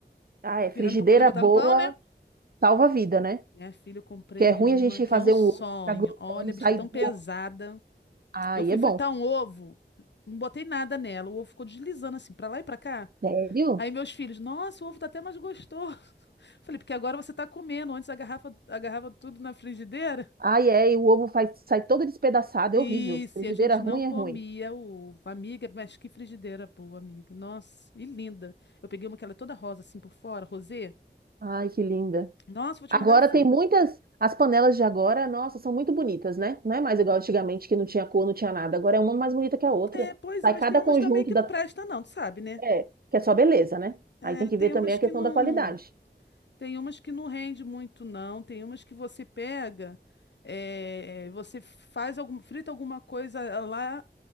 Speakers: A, on the right; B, on the left.
A: Ah, é. Frigideira
B: tirando pra poder botar
A: boa
B: no pão, né?
A: salva a vida, né?
B: Minha filha, eu comprei
A: Que é ruim
B: uma,
A: a gente
B: que
A: fazer
B: é um sonho.
A: um ovo ficar grudando,
B: Olha, a
A: sair
B: bicha é tão
A: do
B: pesada.
A: ovo. Ai,
B: Eu fui
A: é bom.
B: fritar um ovo, não botei nada nela. O ovo ficou deslizando assim, pra lá e pra cá.
A: Sério?
B: Aí meus filhos, nossa, o ovo tá até mais gostoso. Falei, porque agora você tá comendo, antes agarrava, agarrava tudo na frigideira.
A: Ai, é, e o ovo faz, sai todo despedaçado,
B: E
A: é horrível.
B: se
A: Frigideira
B: a gente
A: ruim
B: não comia
A: é ruim.
B: o ovo. Amiga, mas que frigideira boa, amiga. Nossa, e linda. Eu peguei uma que ela é toda rosa assim por fora, rosê.
A: Ai, que linda.
B: Nossa, vou te
A: Agora
B: mandar a foto.
A: tem muitas. As panelas de agora, nossa, são muito bonitas, né? Não é mais igual antigamente que não tinha cor, não tinha nada. Agora é uma mais bonita que a outra.
B: É, pois
A: Sai
B: é, mas
A: cada
B: tem umas
A: conjunto
B: também que
A: da.
B: não presta não, tu sabe, né?
A: É, que é só beleza, né?
B: É,
A: Aí tem que
B: tem
A: ver também
B: umas
A: a
B: que
A: questão
B: não,
A: da qualidade.
B: tem umas que não rende muito não, tem umas que você pega, é, você faz algum, frita alguma coisa lá,